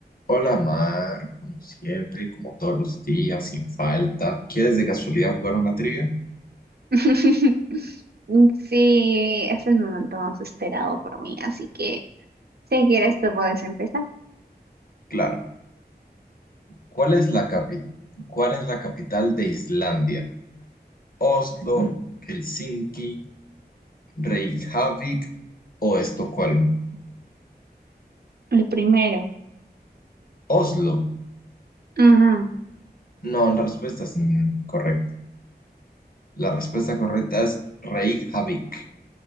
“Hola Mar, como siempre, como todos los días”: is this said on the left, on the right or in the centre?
Left